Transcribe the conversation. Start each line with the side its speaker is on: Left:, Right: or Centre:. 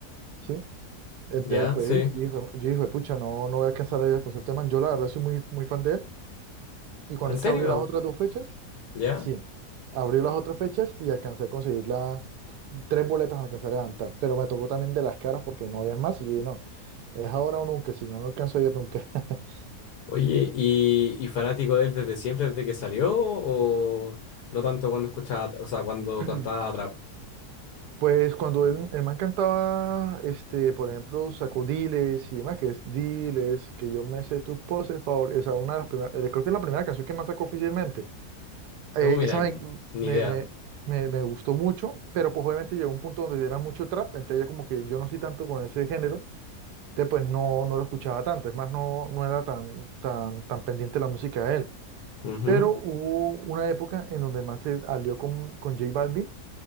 Right: ¿sí? Entonces,
Left: ¿Ya?
Right: pues,
Left: Sí.
Right: y- yo dije, yo dije, pucha, no, no voy a alcanzar a ir al concierto de Man. Yo, la verdad, soy muy, muy fan de él. Y cuando
Left: ¿En serio?
Right: es que abrió las otras dos fechas,
Left: ¿Ya?
Right: Sí, abrí las otras fechas y alcancé a conseguir las tres boletas, me alcancé a levantar, pero me tocó también de las caras porque no habían más y yo dije, no, es ahora o nunca, si no, no alcanzo a ir nunca. <laughs>
Left: Oye, ¿y, y fanático de él desde siempre, desde que salió? ¿O no tanto cuando escuchaba, o sea, cuando
Right: <clears throat>
Left: cantaba trap?
Right: Pues cuando el, el man cantaba, este, por ejemplo, sacó Diles y demás, que es Diles, que yo me sé tus poses, favor, esa una de las primeras, eh, creo que es la primera canción que más sacó oficialmente. Eh,
Left: Yo, mira,
Right: esa
Left: n-
Right: me,
Left: ni
Right: me,
Left: idea.
Right: me, me, me gustó mucho, pero pues obviamente llegó un punto donde era mucho trap, entonces ya como que yo no soy tanto con ese género, Entonces, pues no, no lo escuchaba tanto, es más, no, no era tan, tan, tan pendiente la música de él.
Left: Ujú.
Right: Pero hubo una época en donde más se alió con, con J Balvin,